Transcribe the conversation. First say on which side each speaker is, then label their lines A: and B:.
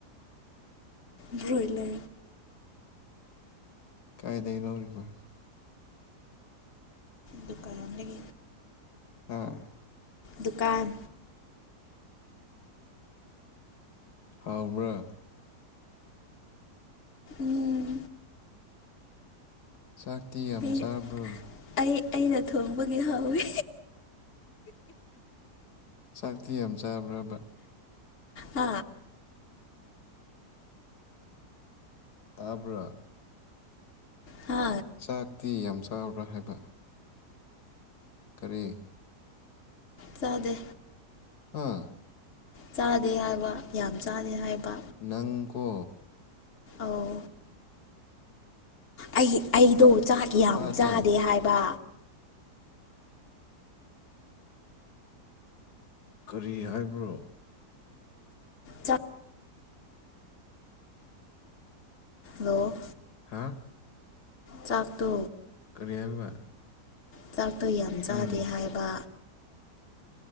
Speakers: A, on the left (about 45°); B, on the left (about 70°).
A: ꯕ꯭ꯔꯣꯏꯂꯔ
B: ꯀꯥꯏꯗ ꯂꯧꯔꯨꯔꯤꯕ
A: ꯗꯨꯀꯥꯟꯗꯒꯤ
B: ꯑꯥ
A: ꯗꯨꯀꯥꯟ
B: ꯍꯥꯎ꯭ꯕꯥꯔ
A: ꯎꯝ
B: ꯆꯥꯛꯇꯤ ꯌꯥꯝ
A: ꯑꯩ
B: ꯆꯥꯕ꯭ꯔꯣ
A: ꯑꯩ ꯑꯩꯅ ꯊꯣꯡꯕꯒꯤ ꯍꯥꯎꯋꯤ
B: ꯆꯥꯛꯇꯤ ꯌꯥꯝ ꯆꯥꯕ꯭ꯔꯕ
A: ꯑ
B: ꯇꯥꯕꯔ
A: ꯍꯥ
B: ꯆꯥꯛꯇꯤ ꯌꯥꯝ ꯆꯥꯎꯕ꯭ꯔꯥ ꯍꯥꯏꯕ ꯀꯔꯤ
A: ꯆꯗꯦ
B: ꯑꯥ
A: ꯆꯥꯗꯦ ꯍꯥꯏꯕ ꯌꯥꯝ ꯆꯥꯗꯦ ꯍꯥꯏꯕ
B: ꯅꯪꯀꯣ
A: ꯑꯧ ꯑꯩ ꯑꯗꯣ ꯆꯥꯛ ꯌꯥꯝ
B: ꯇꯥꯗꯦ
A: ꯆꯥꯗꯦ ꯍꯥꯏꯕ
B: ꯀꯔꯤ ꯍꯥꯏꯕ꯭ꯔꯣ
A: ꯆꯥꯛ ꯍꯂꯣ
B: ꯍꯥꯥ
A: ꯆꯛꯇꯣ
B: ꯀꯩꯔꯤ ꯍꯥꯏꯕ
A: ꯆ ꯑꯗꯨ ꯌꯥꯝ ꯆꯥꯗꯦ
B: ꯎꯝ
A: ꯍꯥꯏꯕ